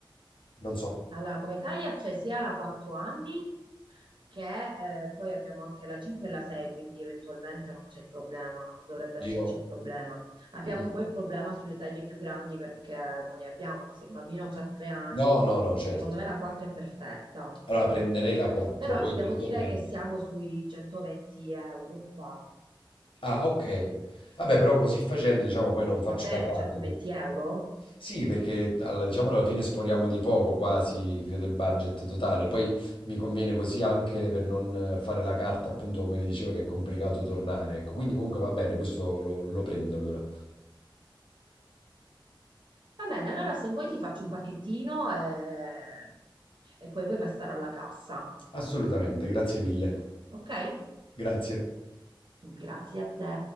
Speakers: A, on the left; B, on the right.
A: non so,
B: Allora, come taglia c'è sia la 4 anni che eh, poi abbiamo anche la 5 e la 6, quindi eventualmente non c'è il problema, non dovrebbe
A: io...
B: esserci il problema. Abbiamo
A: io-
B: poi il problema sulle taglie più grandi perché non ne abbiamo, ma se il bambino ha 3 anni,
A: No, no, no, certo.
B: secondo me la 4 è perfetta.
A: Allora prenderei la 4,
B: Però
A: poi
B: ti
A: eventualmente...
B: devo dire che siamo sui 120 euro qua.
A: Ah, ok. Vabbè, però così facendo, diciamo, poi non faccio
B: Va bene,
A: la card.
B: 120 euro?
A: Sì, perché alla, diciamo alla fine sforiamo di poco quasi, credo, il budget totale. Poi mi conviene così anche per non eh, fare la carta, appunto, come le dicevo, che è complicato tornare. Ecco, quindi comunque va bene, questo lo, lo prendo allora.
B: Va bene, allora se vuoi ti faccio un pacchettino e, e poi puoi passare alla cassa,
A: Assolutamente, grazie mille.
B: ok?
A: Grazie.
B: Grazie a te.